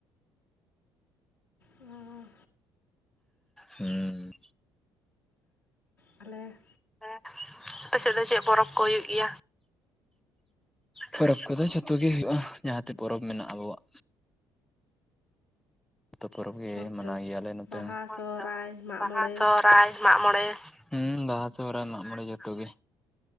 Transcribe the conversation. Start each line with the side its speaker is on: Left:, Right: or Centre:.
Left: ᱚ
Centre: ᱦᱩᱸ
Left: ᱟᱞᱮᱼᱼ
Centre: ᱦᱮ ᱟᱯᱮ ᱥᱮᱫ ᱫᱚ ᱪᱮᱫ ᱯᱚᱨᱚᱵᱽ ᱠᱚ ᱦᱩᱭᱩᱜ ᱜᱮᱭᱟ? ᱯᱚᱨᱚᱵᱽ ᱠᱚᱫᱚ ᱡᱚᱛᱚ ᱜᱮ ᱦᱩᱭᱩᱜᱼᱟ ᱡᱟᱦᱟᱸᱛᱮ ᱯᱚᱨᱚᱵᱽ ᱢᱮᱱᱟᱜᱼᱟ ᱟᱵᱚᱣᱟᱜ᱾ ᱡᱚᱛᱚ ᱯᱚᱨᱚᱵᱽ ᱜᱮ
Left: ᱦᱳᱭᱛᱚ
Centre: ᱢᱟᱱᱟᱣ ᱜᱮᱭᱟᱞᱮ ᱱᱚᱛᱮ
Left: ᱵᱟᱦᱟ
Centre: ᱦᱚᱸ ᱦᱚᱭᱛᱳ
Left: ᱥᱚᱦᱨᱟᱭ ᱢᱟᱜ
Centre: ᱵᱟᱦᱟ
Left: ᱢᱚᱬᱮ
Centre: ᱥᱚᱦᱨᱟᱭ᱾ ᱢᱟᱜ ᱢᱚᱬᱮ ᱦᱮᱸ ᱵᱟᱦᱟ ᱥᱚᱦᱨᱟᱭ ᱢᱟᱜᱽ ᱢᱚᱬᱮ ᱡᱚᱛᱚ ᱜᱮ᱾